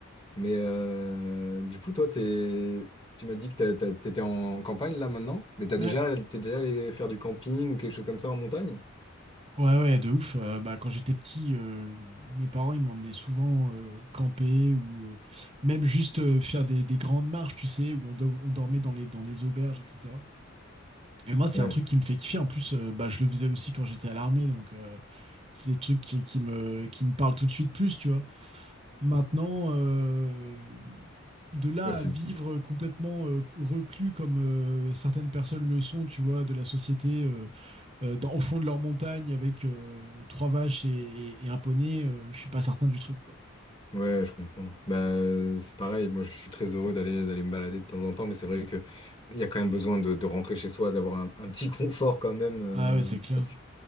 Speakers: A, on the left; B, on the right.
A: Mais euh, du coup, toi, t'es Tu m'as dit que t'as- t'as- t'étais en campagne là maintenant, mais t'as
B: Ouais.
A: déjà, t'es déjà allé faire du camping ou quelque chose comme ça en montagne?
B: Ouais, ouais, de ouf. Euh, bah, quand j'étais petit, euh, mes parents, ils m'emmenaient souvent euh, camper ou euh, même juste euh, faire des, des grandes marches, tu sais, où on, do- on dormait dans les, dans les auberges, etc. Et moi, c'est
A: Ouais,
B: un truc qui me fait kiffer. En plus, euh, bah, je le faisais aussi quand j'étais à l'armée, donc euh, c'est des trucs qui, qui me, qui me parlent tout de suite plus, tu vois. Maintenant, euh, de là
A: ouais,
B: à
A: c'est...
B: vivre complètement euh, reclus comme euh, certaines personnes le sont, tu vois, de la société. euh, euh, dans, au fond de leur montagne avec euh, trois vaches et, et- et un poney, euh, je suis pas certain du truc, quoi.
A: ouais, je comprends. Bah, euh, c'est pareil, moi je suis très heureux d'aller d'aller me balader de temps en temps, mais c'est vrai que il y a quand même besoin de, de rentrer chez soi, d'avoir un, un petit <laughs> confort quand même. euh,
B: Ah ouais, c'est clair.
A: parce que...